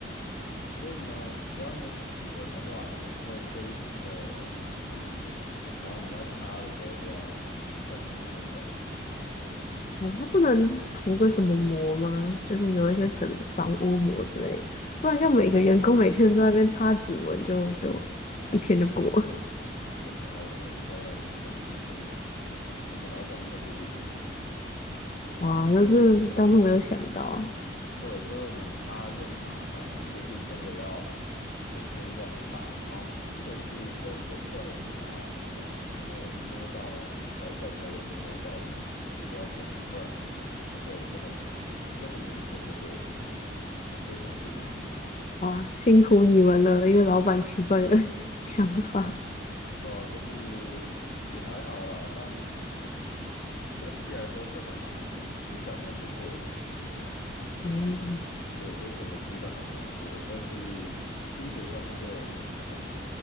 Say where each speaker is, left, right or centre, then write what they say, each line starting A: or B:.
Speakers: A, on the left (about 60°); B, on the left (about 35°).
A: 所以呢，只要你有指纹的话呢，就会非常的明显，然后你要擦的时候就要很很小心。
B: 哦它不能涂个什么膜吗？就是有一些可能防污膜之类的，不然像每个员工每天在那边擦指纹就，就一天就过了。
A: 正正常来说应该要有，但是呢，<laughs> 我们老板没有做这件事，
B: <laughs> 哇，
A: <laughs> 所以我们我们
B: 那真的是当初没有想到啊！
A: 对，所以我们擦就很麻烦了。我们就是真的要每天这样擦，然后或者是有有客人他太摸摸到啊，这太客人太多是摸到，我们也就要整理，不然那个也是很就很明显就对了，非常之明显。
B: 哇，辛苦你们了，因为老板奇怪的 <laughs> 想法。
A: 对啊，就是也还好啦，但整体来说是还蛮质感蛮不错的。
B: 哦，
A: 对，就整个质感还蛮不错的，但是清洁上面就有点麻烦。